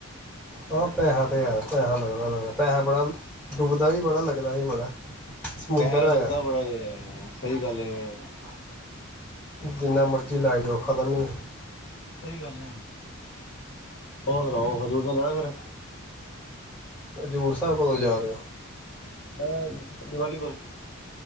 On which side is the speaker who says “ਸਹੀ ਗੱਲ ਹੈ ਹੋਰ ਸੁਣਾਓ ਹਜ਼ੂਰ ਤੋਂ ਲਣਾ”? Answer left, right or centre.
Left